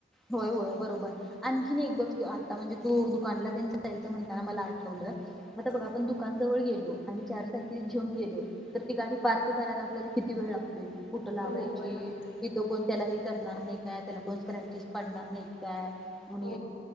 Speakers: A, in the centre; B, on the left.
A: होय होय बरोबर आणखीन एक बघतो आता म्हणजे तू दुकानला तेन जायचं म्हणताना मला आठवलं आता
B: हा.
A: बघा आपण दुकानजवळ गेलो. आणि चार चाकी घेऊन गेलो तर ती गाडी पार्क करायला आपल्याला किती वेळ लागतोय? कुठं लावायची?
B: हो व लागतोय
A: इथं कोण त्याला हे करणार नाही काय त्याला कोण स्क्रॅचेस पाडणार नाही काय म्हण
B: हो